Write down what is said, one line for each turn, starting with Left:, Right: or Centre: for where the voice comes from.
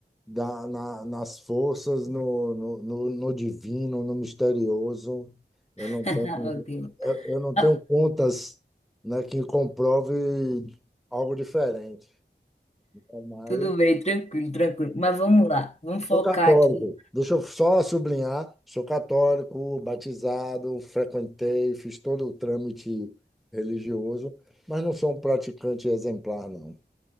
Centre: da, na, nas forças, no, no, no, no divino, no misterioso. Eu
Left: <laughs>
Centre: não tenho,
Left: Meu
Centre: eu, eu não
Left: Ah,
Centre: tenho contas, né, que comprove algo diferente. Então, Mas
Left: Tudo bem, tranquilo, tranquilo. Mas vamos lá, vamos
Centre: Sou
Left: focar
Centre: católico.
Left: aqui.
Centre: Deixa eu só sublinhar, sou católico, batizado, frequentei, fiz todo o trâmite religioso, mas não sou um praticante exemplar, não.